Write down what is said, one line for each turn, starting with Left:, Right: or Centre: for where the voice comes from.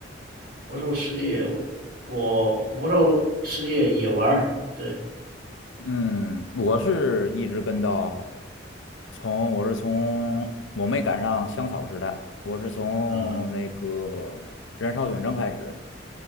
Right: 魔兽世界，我魔兽世界也玩儿，对，
Left: 嗯，我是一直跟到从我是从我没赶上香草时代，我是从那个燃烧远征开始，
Right: 嗯，